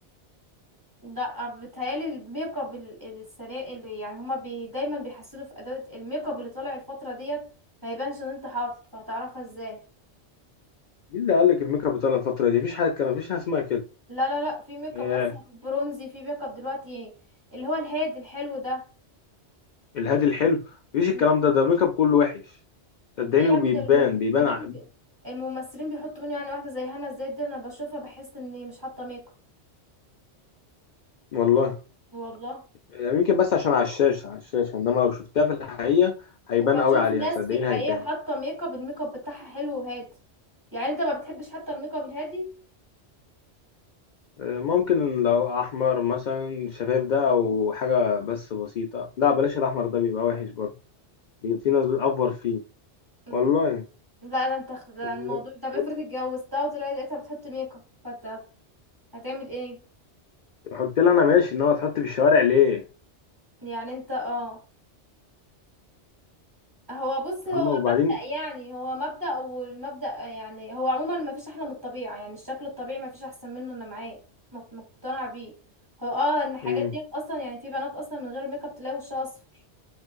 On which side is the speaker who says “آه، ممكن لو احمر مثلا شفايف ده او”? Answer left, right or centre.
Left